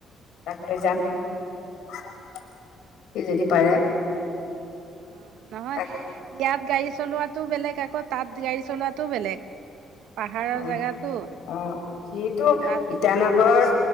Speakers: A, on the left; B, on the right.
A: তাক লৈ যাম সি যদি পাৰে।
B: অ নহয়
A: তাক
B: ইয়াত গাড়ী চলোৱাতটো বেলেগ আকৌ তাত গাড়ী চলোৱা। টো বেলেগ। পাহাৰৰ
A: অ
B: জেগাতো
A: অ সিটো
B: তাত
A: ইটানগৰ।